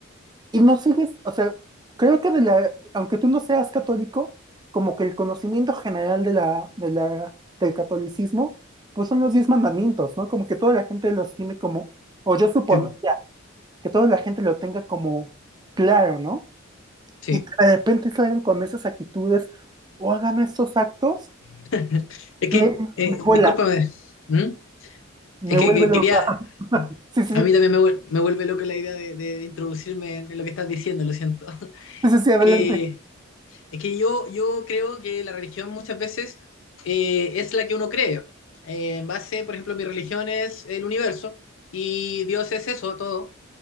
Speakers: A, on the right (about 20°); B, on the left (about 65°).
A: y no sigues, o sea, creo que de la, aunque tú no seas católico, como que el conocimiento general de la, de la, del catolicismo, pues son los diez mandamientos, ¿no? Como que toda la gente los tiene como, o yo suponía
B: Sí, po,
A: que toda la gente lo tenga como claro, ¿no?
B: sí.
A: Y que de repente salgan con esas actitudes o hagan estos actos
B: <laughs> Es que,
A: Me,
B: eh,
A: me vuela,
B: discúlpame. ¿Mm?
A: me
B: Es
A: vuelve
B: que, que
A: loca.
B: quería.
A: <laughs> Sí, sí,
B: A
A: sí,
B: mí también me, vuel- me vuelve loco la idea de, de introducirme en lo que estás diciendo, lo siento. <laughs>
A: sí, sí, sí, adelante.
B: Eh, es que yo, yo creo que la religión muchas veces eh, es la que uno cree. Eh, en base, por ejemplo, mi religión es el universo y Dios es eso, todo.